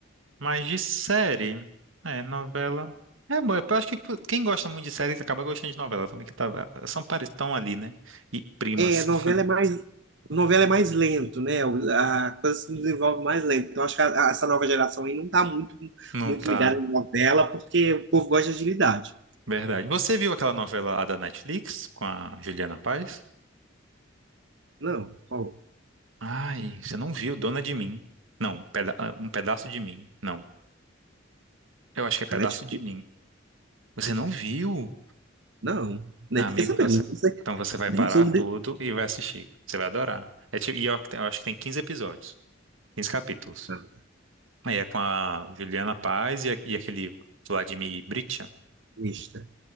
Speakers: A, on the right; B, on the right.
A: Mas de série, é, novela. É bom, eu acho que quem gosta muito de série acaba gostando de novela também, que tá, são pare- tão ali, né? E primas.
B: É, novela
A: <laughs>
B: é mais, novela é mais lento, né? O- A coisa se desenvolve mais lento. Então, acho que a- a- essa nova geração aí não tá muito,
A: Não
B: muito
A: tá.
B: ligada em novela, porque o povo gosta de agilidade.
A: Verdade. Você viu aquela novela lá da Netflix com a Juliana Paz?
B: Não, qual?
A: Ai, você não viu Dona de Mim. Não, peda- ah, Um Pedaço de Mim. Não, eu acho que é Pedaço
B: A Netflix?
A: de Mim. Você não viu?
B: Não, nem
A: Ah, amigo,
B: fiquei sabendo.
A: então você,
B: Não sei,
A: então você vai
B: nem
A: parar
B: sobre.
A: tudo e vai assistir. Você vai adorar. É tipo, e eu, ac- eu acho que tem 15 episódios, 15 capítulos.
B: Ah,
A: Aí é com a Juliana Paz e, a- e aquele Vladimir Britia.
B: Mista.